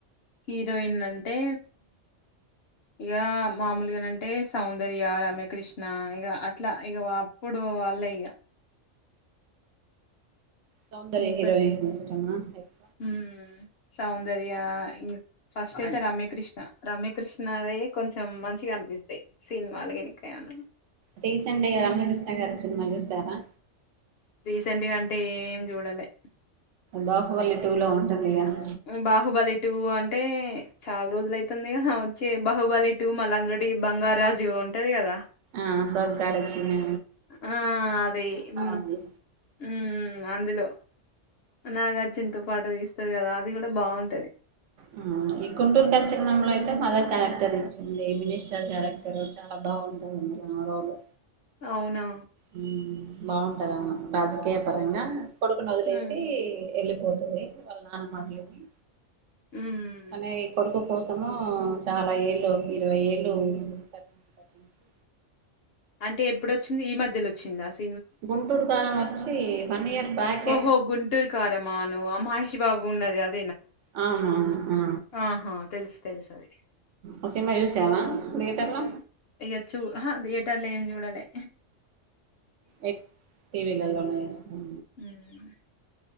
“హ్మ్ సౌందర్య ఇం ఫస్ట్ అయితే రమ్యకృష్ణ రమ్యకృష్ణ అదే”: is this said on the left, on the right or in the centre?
Left